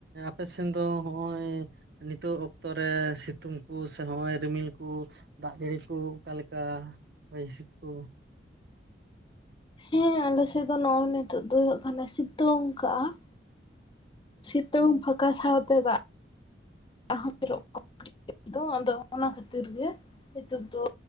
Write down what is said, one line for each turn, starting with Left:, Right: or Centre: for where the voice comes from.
Right: ᱟᱯᱮ ᱥᱮᱱ ᱫᱚ ᱦᱚᱜᱼᱚᱭ ᱱᱤᱛᱚᱜ ᱚᱠᱛᱚᱨᱮ ᱥᱤᱛᱩᱝ ᱠᱩ ᱥᱮ ᱦᱚᱜᱼᱚᱭ ᱨᱤᱢᱤᱞ ᱠᱩ, ᱫᱟᱜ ᱡᱟᱹᱲᱤ ᱠᱩ ᱚᱠᱟ ᱞᱮᱠᱟ ᱦᱚᱭ ᱦᱤᱥᱤᱫ ᱠᱚ?
Left: ᱦᱮᱸ ᱟᱞᱮᱥᱮᱜ ᱫᱚ ᱱᱚᱜᱚᱭ ᱱᱤᱛᱚᱜ ᱫᱚ ᱦᱳᱭᱳᱜ ᱠᱟᱱᱟ ᱥᱤᱛᱩᱝ ᱠᱟᱜᱼᱟ ᱾ ᱥᱤᱛᱩᱝ ᱯᱷᱟᱸᱠᱟ ᱥᱟᱶᱛᱮ ᱫᱟᱜ ᱦᱚᱸ ᱡᱚᱨᱚᱜ <inaudible> ᱟᱫᱚ ᱚᱱᱟ ᱠᱷᱟᱹᱛᱤᱨ ᱜᱮ ᱱᱤᱛᱚᱜ ᱫᱚ